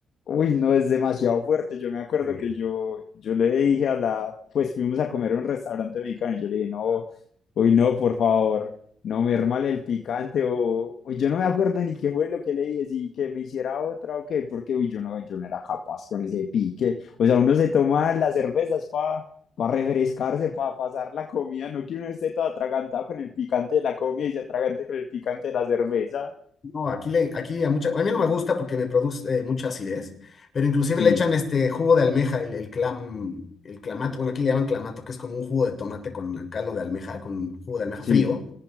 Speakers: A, on the left; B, on the left.
A: Uy, no, es demasiado fuerte. Yo me acuerdo
B: Sí.
A: que yo, yo le dije a la, pues fuimos a comer a un restaurante mexicano y yo le dije, no, uy, no, por favor, no me hermale el picante o, uy, yo no me acuerdo ni qué fue lo que le dije, si que me hiciera otra o qué, porque, uy, yo no, yo no era capaz con ese pique. O sea, uno se toma las cervezas para refrescarse, para pasar la comida, no que uno esté todo atragantado con el picante de la comida y se atragante con el picante de la cerveza.
B: No, aquí, le, aquí a, mucha, a mí no me gusta porque me produce eh, mucha acidez, pero inclusive
A: Sí,
B: le echan este jugo de almeja, el, el clam, el clamato, bueno, aquí le llaman clamato, que es como un jugo de tomate con caldo de almeja, con un jugo de almeja
A: sí,
B: frío,